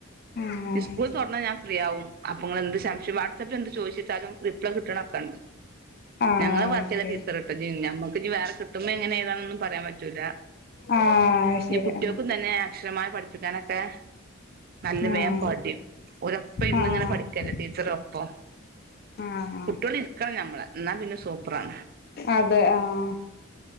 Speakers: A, on the left (about 50°); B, on the right (about 45°).
A: ആഹ്
B: സ്കൂള് തൊറന്നാ ഞാ അപ്പൊ ഇങ്ങളെന്ത് സംശം വാട്സപ്പില് എന്ത് ചോയിച്ചിട്ടാലും റിപ്ലേ കിട്ട്ണൊക്കെണ്ട്
A: ആഹ്
B: ഞങ്ങള് വർക്കൈത
A: ഓക്കെ
B: ടീച്ചറട്ടഞ്ഞ് ഞമ്മക്ക്ഞ്ഞ് വേറെ കിട്ടുമ്പോ എങ്ങനെ ഏതാണന്നും പറയാം പറ്റൂല
A: ആഹ് ശരി
B: ഞ് കുട്ടിയോക്കും
A: ആഹ്
B: തന്നെ അക്ഷരമാല പഠിപ്പിക്കാനൊക്കെ നല്ല
A: ആഹ്
B: വേം പടിം ഓരപ്പം ഇരിന്നങ്ങനെ
A: ആഹ് ആഹ്
B: പഠിക്കല്ലേ ടീച്ചറൊപ്പം
A: ആഹ്
B: കുട്ടിയള് ഇ രിക്കണം നമ്മളെ ഇന്നാ പിന്നെ സൂപ്പറാണ്.
A: അതെ ആഹ്